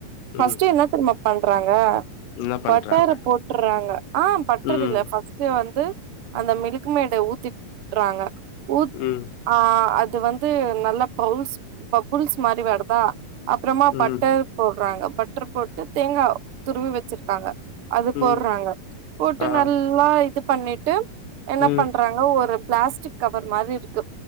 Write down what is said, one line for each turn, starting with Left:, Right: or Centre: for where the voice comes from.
Right: ஃபர்ஸ்ட்
Left: ம்
Right: என்ன தெரிமா பண்றாங்க
Left: என்ன பண்றாங்க
Right: பட்டர போட்டுறாங்க ஆ பட்டர்
Left: ம்
Right: இல்ல ஃபர்ஸ்ட் வந்து அந்த மில்க் மேட ஊத்தி விட்டுறாங்க ஊத்
Left: ம்
Right: ஆ அது வந்து நல்ல பவுல்ஸ் பபுல்ஸ் மாரி வருதா அப்பறமா பட்டர்
Left: ம்
Right: போடுறாங்க பட்டர் போட்டு தேங்கா துருவி வச்சிருக்காங்க அது போடுறாங்க
Left: ம்
Right: போட்டு
Left: ஆ
Right: நல்லா இது பண்ணிட்டு என்ன
Left: ம்
Right: பண்றாங்க ஒரு பிளாஸ்டிக் கவர் மாரி இருக்கு